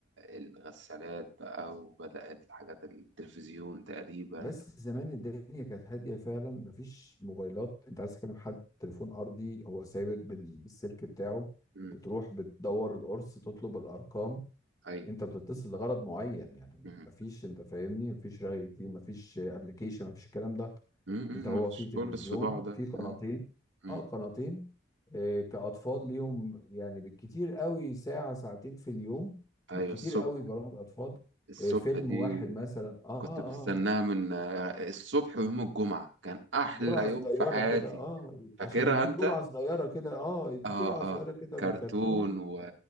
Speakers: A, on the right; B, on the left.
A: الغسالات بقى وبدأ الحاجات التلفزيون تقريبا
B: بس زمان الدنيا كانت هادية فعلا مفيش موبايلات انت عايز تكلم حد تليفون ارضي هو ثابت بال- بالسلك بتاعه
A: مم.
B: بتروح بتدور القرص تطلب الارقام
A: أيوة
B: انت بتتصل لغرض معين يعني
A: مم.
B: مفيش انت فاهمني مفيش رأي كتير مفيش ابلكيشن مفيش الكلام ده
A: مم. مم.
B: انت هو
A: مش
B: في تلفزيون
A: كل الصداع ده
B: في قناتين
A: مم. مم.
B: اه قناتين آه كأطفال ليهم يعني بالكتير قوي ساعة ساعتين في اليوم
A: أيوة
B: بالكتير
A: الصبح
B: قوي برامج اطفال
A: الصبح
B: آه فيلم
A: دي
B: واحد مثلا اه
A: كنت بستناها
B: اه
A: من آه، الصبح ويوم الجمعة كان أحلى
B: جرعة صغيرة
A: يوم في حياتي
B: كده اه
A: فاكرها
B: عشان يديك
A: أنت؟
B: جرعة صغيرة كده اه يديك
A: اه
B: جرعة صغيرة
A: اه
B: كده
A: كرتون
B: من الكرتون
A: و...